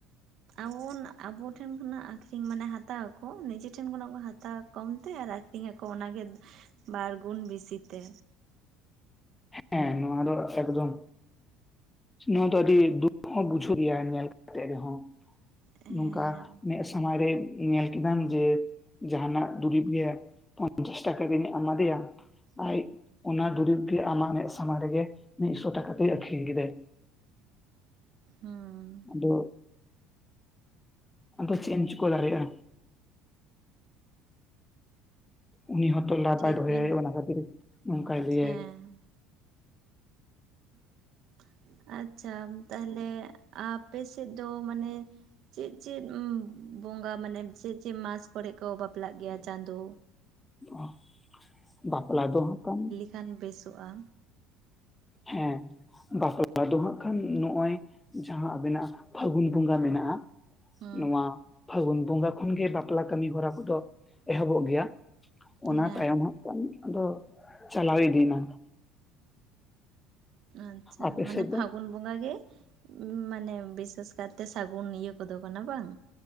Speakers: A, on the right; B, on the left.
A: ᱟᱵᱚᱱ ᱟᱵᱚ ᱴᱷᱮᱱ ᱠᱷᱚᱱᱟᱜ ᱟᱹᱠᱷᱨᱤᱧ ᱢᱟᱱᱮ ᱦᱟᱛᱟᱣᱟ ᱟᱠᱚ ᱱᱤᱡᱮ ᱴᱷᱮᱱ ᱠᱷᱚᱱᱟᱜ ᱠᱚ ᱦᱟᱛᱟᱣᱟ ᱠᱚᱢᱛᱮ ᱟᱨ ᱟᱠᱷ ᱨᱤᱧ ᱟᱠᱚ ᱚᱱᱟᱜᱮ ᱵᱟᱨᱜᱩᱱ ᱵᱤᱥᱤ ᱛᱮ᱾
B: ᱦᱮᱸ ᱱᱚᱣᱟ ᱫᱚ ᱮᱠᱫᱚᱢ, ᱱᱚᱣᱟ ᱫᱚ ᱟᱹᱰᱤ ᱫᱩᱠ ᱦᱚᱸ ᱵᱩᱡᱷᱟᱹ ᱜᱮᱭᱟ ᱧᱮᱞ ᱠᱟᱛᱮ ᱨᱮᱦᱚᱸ,
A: ᱦᱮᱸ
B: ᱱᱚᱝᱠᱟ ᱢᱮᱫ ᱥᱟᱢᱟᱝ ᱨᱮ ᱧᱮᱞ ᱠᱮᱫᱟᱢ ᱡᱮ ᱡᱟᱦᱟᱸᱱᱟᱜ ᱫᱩᱨᱤᱵᱽ ᱜᱮ, ᱯᱚᱧᱪᱟᱥ ᱴᱟᱠᱟ ᱛᱮᱢ ᱮᱢᱟ ᱫᱮᱭᱟ, ᱟᱡ ᱚᱱᱟ ᱫᱩᱨᱤᱵᱽ ᱜᱮ ᱟᱢᱟᱜ ᱢᱮᱜ ᱥᱟᱢᱟᱝ ᱨᱮᱜᱮ ᱢᱤᱜᱥᱚ ᱴᱟᱠᱟ ᱛᱮᱭ ᱟᱹᱠᱷᱨᱤᱧ ᱠᱮᱫᱟᱭ᱾
A: ᱦᱩᱸ᱾
B: ᱟᱫᱚ᱾ ᱟᱫᱚ ᱪᱮᱜ ᱮᱢ ᱪᱤᱠᱳ ᱫᱟᱲᱮᱜ-ᱟ᱾ ᱩᱱᱤ ᱦᱚᱸ ᱛᱚ ᱞᱟᱵᱷ
A: ᱴᱷᱤᱠ
B: ᱟᱭ ᱫᱚᱦᱚᱭᱟᱭ
A: ᱵᱤᱱ
B: ᱚᱱᱟ ᱠᱷᱟᱛᱤᱨ ᱚᱝᱠᱟᱭ ᱞᱟᱹᱭᱟᱭ᱾
A: ᱦᱮᱸ <inaudible> ᱟᱪᱪᱷᱟ ᱛᱟᱦᱞᱮ ᱟᱯᱮ ᱥᱮᱜ ᱫᱚ ᱢᱟᱱᱮ᱾ ᱪᱮᱫ ᱪᱮᱫ ᱵᱚᱸᱜᱟ ᱢᱟᱱᱮ ᱪᱮᱜ ᱪᱮᱜ ᱢᱟᱥ ᱠᱚᱨᱮ ᱠᱚ ᱵᱟᱯᱞᱟᱜ ᱜᱮᱭᱟ ᱪᱟᱸᱫᱳ᱾
B: ᱚᱦ ᱵᱟᱯᱞᱟ ᱫᱚ ᱦᱟᱸᱜ ᱠᱷᱟᱱ᱾
A: ᱠᱷᱟᱱ ᱵᱮᱥᱚᱜ-ᱟ᱾
B: ᱦᱮᱸ᱾ ᱵᱟᱯᱞᱟ ᱫᱚ ᱦᱟᱸᱜ ᱠᱷᱟᱱ ᱱᱚᱜ-ᱚᱭ ᱡᱟᱸᱦᱟ ᱟᱵᱮᱱᱟᱜ ᱯᱷᱟᱜᱩᱱ ᱵᱚᱸᱜᱟ ᱢᱮᱱᱟᱜ-ᱟ᱾
A: ᱦᱩᱸ
B: ᱱᱚᱣᱟ ᱯᱷᱟᱹᱜᱩᱱ ᱵᱚᱸᱜᱟ ᱠᱷᱚᱱ ᱜᱮ ᱵᱟᱯᱞᱟ ᱠᱟᱢᱤ ᱦᱚᱨᱟ ᱠᱚᱫᱚ ᱮᱦᱚᱵᱚᱜ ᱜᱮᱭᱟ᱾ ᱚᱱᱟ
A: ᱦᱮᱸ
B: ᱛᱟᱭᱚᱢ ᱦᱟᱸᱜ ᱠᱷᱟᱱ ᱟᱫᱚ ᱪᱟᱞᱟᱣ ᱤᱫᱤᱭᱮᱱᱟ᱾
A: ᱟᱪᱪᱷᱟ
B: ᱟᱯᱮ
A: ᱢᱟᱱᱮ
B: ᱥᱮᱫ ᱫᱚ
A: ᱯᱷᱟᱜᱩᱱ ᱵᱚᱸᱜᱟ ᱜᱮ ᱢᱟᱱᱮ ᱵᱤᱥᱮᱥ ᱠᱟᱨᱛᱮ ᱥᱟᱜᱩᱱ ᱤᱭᱟᱹ ᱠᱚᱫᱚ ᱠᱟᱱᱟ ᱵᱟᱝ?